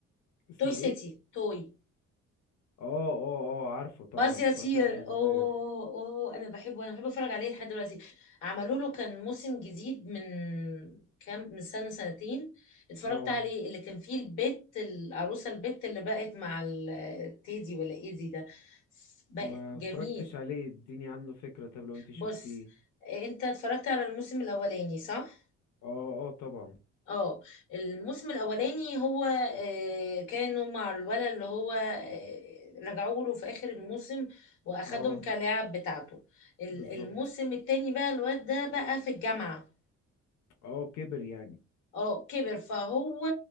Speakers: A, on the left (about 65°); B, on the left (about 85°).
A: اسمه
B: توي سيتي
A: ايه؟
B: توي
A: اه اه اه عارفه طبعا
B: باز يطير
A: اتفرجت عليه وانا
B: اوه
A: صغير
B: اوه انا بحبه انا بحب اتفرج عليه لحد دلوقتي عملوا له كان موسم جديد من كام من سنة سنتين اتفرجت
A: اه
B: عليه اللي كان فيه البت العروسة البت اللي بقت مع التيدي ولا ايدي ده بقى
A: ما
B: جميل
A: اتفرجتش عليه اديني عنه فكرة طب لو انت شفتيه
B: بص إيه، انت اتفرجت على الموسم الاولاني صح؟
A: اه اه طبعا
B: اه الموسم الاولاني هو آه، كانوا مع الولد اللي هو آه، رجعوا له في اخر الموسم واخدهم
A: اه
B: كلاعب بتاعته ال-
A: بالظبط
B: الموسم التاني بقى الواد ده بقى في الجامعة
A: اه كبر يعني
B: اه كبر فهو